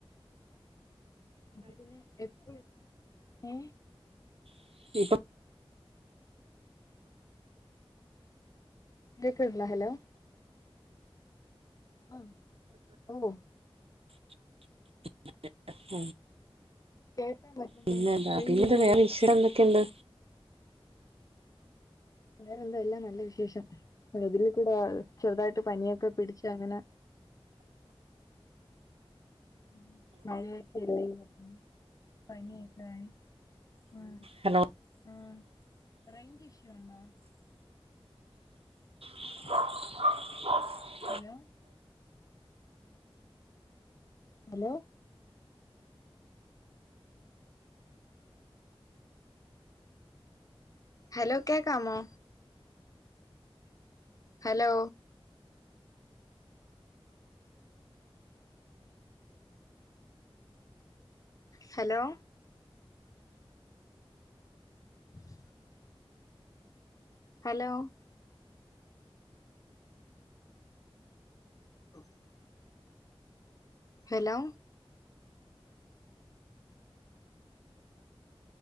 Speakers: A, on the left; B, on the right.
A: അപ്പൊ പിന്നെ എപ്പഴും ഏ
B: <inaudible>
A: കേക്ണ് ഉണ്ടോ ഹലോ ആ ഓഹ്
B: <inaudible>
A: കേക്കാൻ പറ്റ്ണ്ടേ
B: പിന്നെന്താ
A: റേഞ്ചില്ലേ
B: പിന്നെ വേറെ വിഷയം എന്തൊക്കെണ്ട്
A: വേറെന്താ എല്ലാം നല്ല വിശേഷം അതില്കൂടാ ചെറുതായിട്ട് പനിയൊക്കെ പിടിച്ച് അങ്ങനെ <unintelligible> ആ
B: ഹലോ
A: ആ റൈഞ്ജ്ഷ്യു ഉണ്ടോ
B: <inaudible>
A: ഹലോ ഹലോ ഹലോ കേക്കാമോ hello hello <inaudible> hello <inaudible> hello